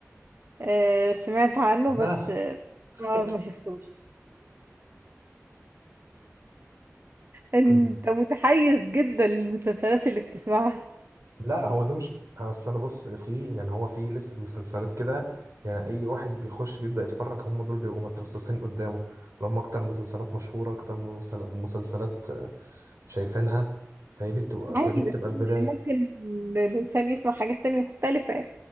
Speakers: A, on the right; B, on the right.
A: آه، سمعت عنه
B: ها
A: بس آه،
B: <laughs>
A: ما ما شفتوش انت
B: كنت-
A: متحيز جدا للمسلسلات اللي بتسمعها
B: لا هو ده مش اصل انا بص في يعني هو في لسه مسلسلات كده يعني اي واحد بيخش بيبدا يتفرج هم دول بيبقوا مترصصين قدامه اللي هم اكتر مسلسلات مشهوره اكتر مسل- مسلسلات شايفينها فهي دي بتبقى
A: عادي
B: فدي بتبقى
A: بس
B: البدايه
A: يعني ممكن الانسان يسمع حاجات تانية مختلفه